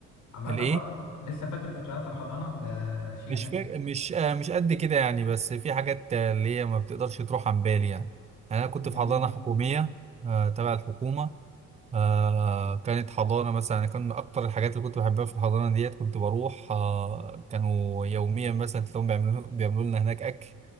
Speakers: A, on the left; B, on the right.
A: عامة
B: الإيه
A: برضه لسه فاكر ذكريات الحضانة ده شيء
B: مش
A: نادر
B: فاك... مش آه مش قد كده يعني بس في حاجات آه، اللي هي ما بتقدرش تروح عن بالي يعني يعني أنا كنت
A: جميل
B: في حضانة حكومية آه تبع الحكومة آه كانت حضانة مثلا أنا كان من أكتر الحاجات اللي كنت بحبها في الحضانة ديت كنت بروح آه كانوا يوميا مثلا تلاقيهم بيعملوا بيعملوا لنا هناك أكل